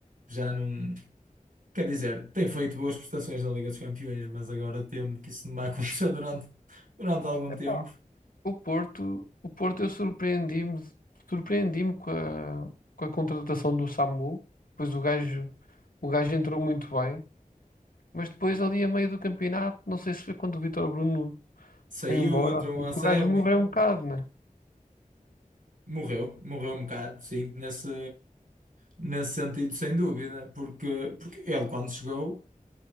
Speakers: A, on the right; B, on the left.
A: já não. Quer dizer, tem feito boas prestações na Liga dos Campeões, mas agora temo que isso não vai acontecer <laughs> durante, durante algum
B: Epá,
A: tempo.
B: o Porto, o Porto eu surpreendi-me, surpreendi-me com a, com a contratação do Samu, pois o gajo, o gajo entrou muito bem, mas depois ali a meio do campeonato, não sei se foi quando o Vítor Bruno
A: Saiu,
B: foi embora,
A: entrou
B: assim,
A: o Anselmo,
B: que o gajo morreu
A: e
B: um bocado, né?
A: morreu, morreu um bocado, sim, nesse, nesse sentido, sem dúvida, porque, porque ele, quando chegou,